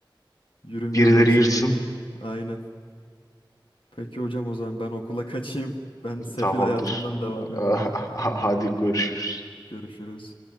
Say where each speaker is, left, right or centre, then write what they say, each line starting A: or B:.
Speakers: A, on the left (about 80°); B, on the left (about 40°).
A: Yürümüyor
B: Birileri
A: yoksa
B: yırtsın.
A: böyle. Aynen. Peki hocam o zaman ben okula <laughs> kaçayım. Ben sefil
B: Tamamdır.
A: hayatımdan
B: <laughs>
A: devam ediyorum.
B: Hadi görüşürüz.
A: Görüşürüz.